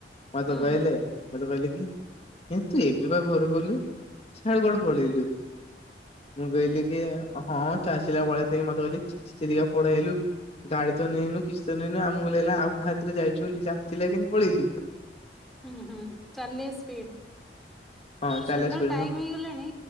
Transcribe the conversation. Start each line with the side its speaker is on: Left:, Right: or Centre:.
Left: ମତେ
Centre: ହୁଁ।
Left: କହିଲେ ମତେ କହିଲେ କି ତୁ ଏବେ ବା ଘରୁ ଗଲୁ ସିଆଡେ କୁଆଡେ ପଳେଇଲୁ ମୁଁ କହିଲି କି ହଁ ଚାଲି ଚାଲିକା ପଳେଇକି ମତେ କହିଲେ ଚାଲି ଚାଲି କା ପଳେଇ ଆଇଲୁ ଗାଡି ତ ନେଇନୁ କିଛି ତ ନେଇନୁ ଆମକୁ ଲାଗିଲା ଆଉ କାହା ସାଥୀ ରେ ଯାଇଛୁ ବୋଲି ଚାଲି ଚାଲିକା କେମିତି ପଳେଇଲୁ।
Centre: ହୁଁ ହୁଁ ଚାଲିଆ ସ୍ପିଡ଼।
Left: ହଁ ଚାଲ
Centre: ଶୁଣୁନ
Left: ସ୍ପିଡ
Centre: ଟାଇମ
Left: ମୁଁ
Centre: ହେଇଗଲାଣି